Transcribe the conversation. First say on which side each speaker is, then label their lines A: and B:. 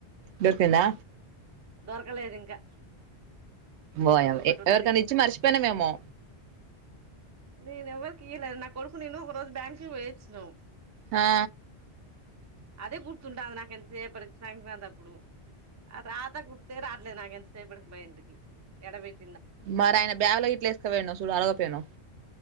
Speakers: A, on the right; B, on the right.
A: దొరికిందా
B: దొరకలేదు ఇంకా ఇంగొగది
A: ఓయమ్మ
B: ఒకటి
A: ఎ
B: ఉన్నది
A: ఎవరికన్నా
B: ఇంగొకటి
A: ఇచ్చి మర్చిపోయినవేమో
B: నేను ఎవ కి ఈను నా కొడుకు నేను ఒఓ రోజ బ్యాంకి పొయొచ్చినాం
A: హా
B: అదే గుర్తుంటాంది నాకెంతసేపటి సంక్రాంతి అప్పుడు ఆ తర్వాత గుర్తే రావట్లేదు నాకెం ఎంత సేపటికి మైండ్ కి యాడో వెట్
A: మరి ఆయన బ్యాగులో గిట్ల ఏసుకుపొయోన్నొ సూడు అడగయిపోయినావ్